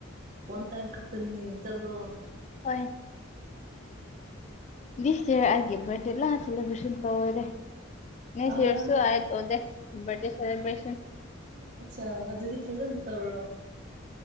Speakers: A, on the right; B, on the left.
A: ꯋꯥꯟ ꯇꯥꯏꯝ ꯈꯛꯇꯅꯤ ꯆꯠꯂꯣ
B: ꯍꯣꯏ ꯗꯤꯁ ꯏꯔ ꯑꯩꯦ ꯔꯗꯦꯂ ꯁꯦꯂꯦꯕ꯭ꯔꯦꯁꯟ ꯇꯧꯋꯔꯦ ꯅ
A: ꯑꯥ
B: ꯁꯤꯁꯨ ꯇ ꯑꯣꯗꯦ ꯕꯦ ꯁꯦꯂꯕ꯭ꯔꯦꯁꯟ
A: ꯑꯆꯥ ꯑꯗꯨꯗꯤ ꯐꯖꯅ ꯇꯧꯔꯣ